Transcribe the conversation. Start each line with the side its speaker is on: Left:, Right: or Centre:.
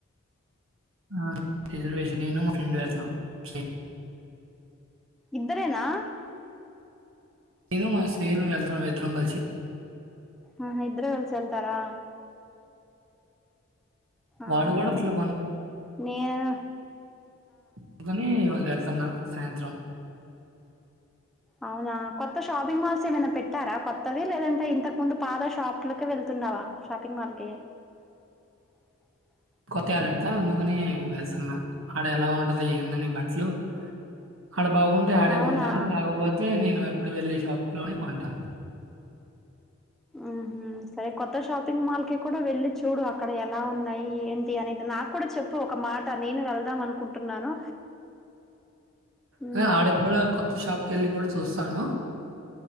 Right: హా రిజర్వేషన్ నేను మా ఫ్రెండు వెళ్ళ్తున్నాం సేమ్
Centre: ఇద్దరేనా
Right: నేనూ మా స్నేహితు <inaudible> వెళ్ళ్తున్నాం ఇద్దరం కలిసి.
Centre: ఆహా ఇద్దరూ కల్సి ఎల్తారా. ఆహా
Right: వాడు కూడా బట్టలు
Centre: నేన్
Right: అందుకనీ ఇవాళ వెల్త్ ఎళ్తున్నా సాయంత్రం
Centre: అవునా కొత్త షాపింగ్ మాల్స్ ఏమైనా పెట్టారా కొత్తవి లేదంటే ఇంతకు ముందు పాద ష్ షాప్ లోకే వెళ్తున్నావా షాప్ <unintelligible>
Right: కొత్తయాలంటా అందుకనీ వెళ్తున్నా. ఆడ ఎలా ఉంటదీ ఏందని. బట్లూ ఆడ బాగుంటే ఆడే
Centre: అవునా
Right: కొంటాను. రాకపోతే నేను ఎప్ ఇప్పుడు వెళ్ళే షాప్ లోనే కొంటా.
Centre: ఊహూ సరే కొత్త షాపింగ్ మాల్ కి కూడా వెళ్ళి చూడు అక్కడ ఎలా ఉన్నాయి ఏంటి అనేది. నాకు కూడా చెప్పు ఒక మాట నేను వెళ్దాం అనుకుంటున్నాను. ఉమ్
Right: అదే ఆడిక్ గూడా కొత్త షాప్కి ఎళ్లి గూడా చూస్ స్తానూ